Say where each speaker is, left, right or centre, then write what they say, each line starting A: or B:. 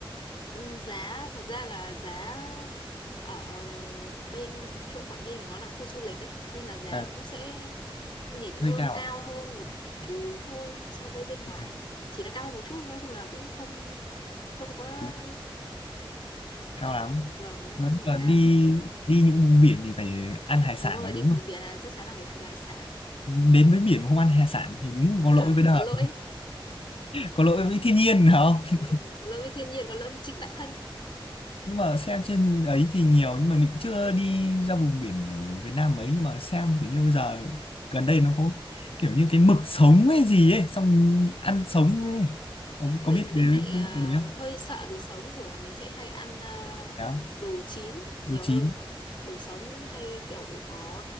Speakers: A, on the left (about 60°); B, on the left (about 80°).
A: Ừ, giá thật ra là giá ở bên chỗ Quảng Ninh thì nó là khu du lịch ấy nên là giá
B: à,
A: nó cũng sẽ nhỉnh
B: hơi
A: hơn
B: cao
A: cao
B: à?
A: hơn một
B: Ừ,
A: chút thôi so với bên ngoài
B: ừ,
A: chỉ là cao hơn một chút nói chung là cũng không không quá
B: đúng cao lắm
A: vâng đúng
B: nói
A: rồi không
B: chung
A: phải
B: là
A: cao
B: đi đi những vùng biển thì phải ăn hải sản
A: đúng rồi
B: là đúng
A: đi vùng
B: rồi.
A: biển là chắc chắn là phải thử hải sản
B: đến với biển mà không ăn hải sản thì đúng
A: đúng
B: có
A: là
B: lỗi với đời
A: có lỗi
B: có lỗi với thiên nhiên phải không
A: đúng rồi có lỗi với thiên nhiên có lỗi với chính bản thân
B: <laughs> nhưng mà xem trên ấy thì nhiều nhưng mà mình chưa đi ra vùng biển ở Việt Nam mấy nhưng mà xem kiểu như giờ gần đây nó có kiểu như cái mực sống hay gì ấy xong ăn sống ấy có,
A: Dạ, mình
B: có biết
A: mình
B: cái,
A: lại
B: cái
A: ờ,
B: đấy không
A: hơi sợ đồ sống thường là mình sẽ hay ăn ờ,
B: đó
A: đồ chín
B: đồ
A: nhiều
B: chín
A: hơn đồ sống hay kiểu có